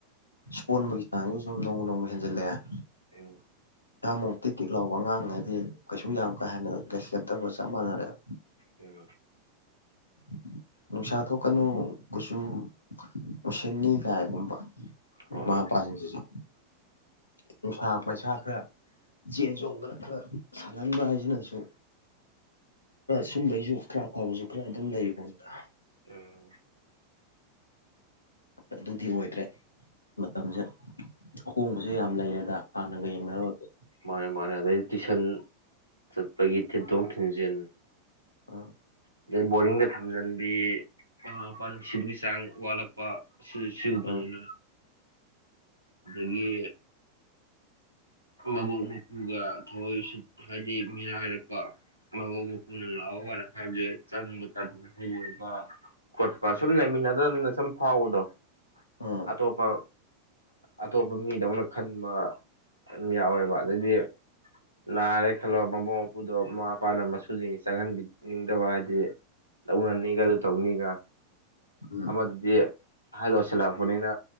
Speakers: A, on the left (about 80°); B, on the right (about 80°).
A: ꯁꯣꯟꯕꯒꯤ ꯆꯥꯡꯁꯤꯁꯨ ꯁꯨꯝ ꯅꯣꯡꯃ ꯅꯣꯡꯃ ꯍꯦꯟꯖꯜꯂꯛꯑꯦ
B: ꯎꯝ
A: ꯑꯃꯣꯛꯇ ꯀꯂ ꯋꯥꯉꯥꯡꯉꯩꯗꯤ ꯀꯩꯁꯨ ꯌꯥꯝ ꯀꯥ ꯍꯦꯟꯅ ꯔꯦꯁꯄꯦꯞꯇꯧꯕꯒ ꯆꯞ ꯃꯥꯟꯅꯔꯦꯕ
B: ꯎꯝ
A: <inaudible> ꯅꯨꯡꯁꯥ ꯊꯣꯛꯀꯅꯨ ꯀꯨꯆꯨ ꯃꯨꯁꯤꯟꯅꯤ ꯀꯥꯏꯒꯨꯝꯕ
B: ꯍꯣꯏ
A: ꯃꯃꯥ ꯃꯄꯥꯁꯤꯡꯁꯤꯁꯨ ꯅꯨꯡꯁꯥ ꯄꯩꯁꯥ ꯈꯔ ꯆꯦꯟ ꯆꯣꯡꯗꯥꯅ ꯈꯔ ꯁꯥꯟꯍꯟꯕ ꯍꯥꯏꯁꯤꯅꯁꯨ ꯁꯨꯝꯕꯩꯁꯨ ꯈꯔ ꯑꯐꯕꯁꯨ ꯈꯔ ꯑꯗꯨꯝ ꯂꯩꯕꯣꯅꯤꯗ
B: ꯎꯝ
A: ꯑꯗꯨꯗꯤ ꯑꯣꯏꯗ꯭ꯔꯦ ꯃꯇꯝꯁꯦ ꯑꯍꯣꯡꯕꯁꯨ ꯌꯥꯝ ꯂꯩꯔꯦꯗ ꯍꯥꯟꯅꯒ ꯌꯦꯡꯅꯔꯨꯔꯗ
B: ꯃꯥꯅꯦ ꯃꯥꯅꯦ ꯑꯗꯩ ꯇꯨꯏꯁꯟ ꯆꯠꯄꯒꯤ ꯊꯤꯟꯗꯣꯛ ꯊꯤꯟꯖꯤꯟ
A: ꯑꯥ
B: ꯑꯗꯩ ꯕꯣꯔꯤꯡꯗ ꯊꯝꯖꯤꯟꯕꯤ ꯃꯃꯥ ꯃꯄꯄꯥ ꯅꯨꯡꯁꯤꯕꯒꯤ ꯆꯥꯡ ꯋꯥꯠꯂꯛꯄ ꯁꯤ ꯁꯤ ꯗꯔ꯭ꯦꯌꯦ
A: ꯑꯥ
B: ꯑꯗꯒꯤ ꯃꯕꯣꯛ ꯃꯄꯨꯒ ꯊꯑꯣꯏ ꯎꯁꯤꯠꯇꯥ ꯍꯥꯏꯕꯗꯤ ꯃꯤꯔꯥꯏꯔꯛꯄ ꯑ ꯃꯕꯔ ꯍꯥꯖꯦ <unintelligible> ꯆꯪꯕ ꯇꯗꯅ ꯍꯩꯕ ꯈꯣꯠꯄ ꯁꯨꯝ ꯂꯩꯃꯤꯟꯅꯗꯕꯅ ꯁꯨꯝ ꯐꯥꯎꯕꯗꯣ
A: ꯑꯣ
B: ꯑꯇꯣꯞꯄ ꯑꯇꯣꯞꯄ ꯃꯤꯗꯧꯅ ꯈꯟꯕ ꯑꯗꯨꯝ ꯌꯥꯎꯋꯦꯕ ꯑꯗꯩꯗꯤ ꯅꯥꯔꯦ ꯈꯜꯂꯣ ꯃꯕꯨꯡ ꯃꯧꯄꯨꯗꯣ ꯃꯃꯥ ꯃꯄꯥꯅ ꯃꯁꯨꯁꯤꯡꯁꯤ ꯆꯪꯍꯟꯕꯤꯅꯤꯡꯗꯕ ꯍꯥꯏꯗꯤ ꯂꯧꯧꯅꯅꯤꯒ ꯑꯗꯨ ꯇꯧꯅꯤꯒ
A: ꯎꯝ
B: ꯑꯃ ꯑꯍꯜ ꯑꯣꯏꯁꯤꯜꯂꯛꯄꯅꯤꯅ